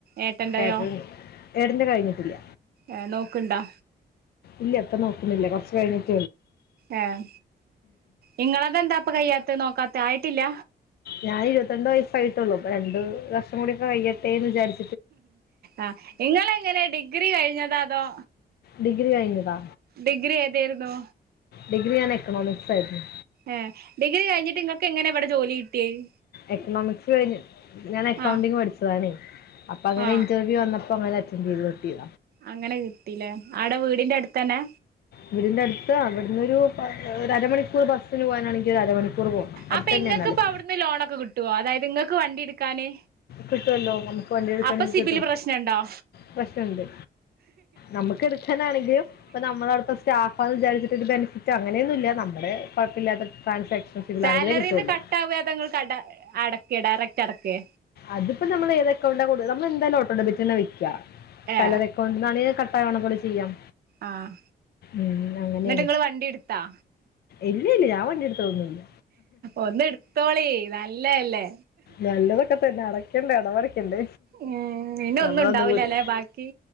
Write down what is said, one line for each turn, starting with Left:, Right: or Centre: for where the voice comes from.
Right: ഏട്ടന്റെയോ
Left: ഏടന്റെ ഏട്ടന്റെ കഴിഞ്ഞിട്ടില്ല
Right: ഏ നോക്കണ്ടാ
Left: ഇല്ല ഇപ്പൊ നോക്കുന്നില്ല കുറച്ച് കഴി
Right: ഏഹ് ഇങ്ങളതെന്താപ്പ കഴിയത്തു നോക്കാത്ത ആയിട്ടില്ല
Left: ഞാന് ഇരുമ്പതാണ്ട് വയസ്സായിട്ടുള്ളു അപ്പോ രണ്ട് വർഷം കുടിക്കോ കയ്യട്ടെ എന്ന് വിചാരി
Right: ആഹ് ഇങ്ങള് എങ്ങനെ ഡിഗ്രി കഴിഞ്ഞത അതോ
Left: ഡിഗ്ര കഴിഞ്ഞതാ
Right: ഡിഗ്രി ഏതായിരുന്നു
Left: ഡിഗ്രി ആണ് എക്കണോമിക്സ് ആയിരുന്നു
Right: ഏ ഡിഗ്രി കഴിഞ്ഞിട്ട് ഇങ്ങൾക് എങ്ങനെ എവിടെ ജോലി കിട്ടിയേത്
Left: എക്കണോമിക്സ് കയിഞ്ഞ് ഞാൻ അകൗണ്ടിങ്
Right: ആ
Left: പഠിച്ചതാണേ അപ്പൊ അങ്ങനെ
Right: ആ
Left: ഇൻക് വ്യു വന്നപ്പോ അങ്ങനെ അറ്റൻഡ ചെയ്ത് നോപിയ
Right: അങ്ങനെ കിട്ടീല്ലേ ആവിടെ വീടിന്റെ അടുത്തന്നെ
Left: വീടിന്റെ അടുത്ത അവിടന്ന് ഒരു പ അരമണിക്കൂർ ബസ്സിന് പോകാനാണെങ്കിൽ അരമണിക്കൂർ പോകണം അടുത്ത്
Right: അപ്പൊ
Left: തന്നെ
Right: ഇങ്ങൾക്ക്
Left: എന്നാലും
Right: ഇപ്പൊ അവിടുന്ന് ലോണൊക്കെ കിട്ടുവോ അതായത് ഇങ്ങൾക്ക് വണ്ടി എടുക്കാന്
Left: കിട്ടുവല്ലോ നമുക്ക് വണ്ടി എടുക്കണെങ്കിൽ
Right: അപ്പൊ സിബില്
Left: കിട്ടും
Right: പ്രശ്നണ്ടോ
Left: പ്രശ്നുണ്ട് നമുക്ക് എടുക്കാനാണെങ്കിലും ഇപ്പൊ നമ്മള് അവിടത്തെ സ്റ്റാഫാണ് വിചാരിച്ചട്ട് ബെനിഫി റ്റ് ഇല്ല അങനെയൊന്നുല്ല നമ്മുടെ കുഴപ്പമില്ലാത്ത ട്രാൻസാക്ഷൻ ഫിൽ
Right: സാലറിന്ന്
Left: അങ്ങനെ കുട്ടൊള്ളു
Right: കട്ടാവ അതോ ഇങ്ങൾ കട അടക്ക ഡയറക്ട് അടക്കെ
Left: അതിപ്പോ നമ്മൾ ഏത് അക്കൗണ്ട കൊട് നമ്മള് എന്തായാലും ഓട്ടോമെറ്റിക്ക് തെന്നെ വെക്ക്യ
Right: ഏ
Left: കര വേ കൊന്നാല് കട്ടായോണ പോലെ ചെയ്യാം
Right: ആഹ്
Left: ഉം അങ്ങനെയാണ്
Right: എന്നിട്ട് ഇങ്ങള് വണ്ടി എടുത്താ
Left: ഇല്ല ഇല്ല ഞാൻ വി ല്ല് എടുത്തോന്നുല്ല
Right: ഒന്ന് എടുത്തോളി നല്ലല്ലേ
Left: നല്ല ന്നെ അടക്കണ്ടേ അടവ് അടക്കണ്ടേ
Right: ഉം പിന്നെ
Left: നമ്മളൊന്നും
Right: ഒന്നും ഉണ്ടാവൂലല്ലെ
Left: കൂടി
Right: ബാക്കി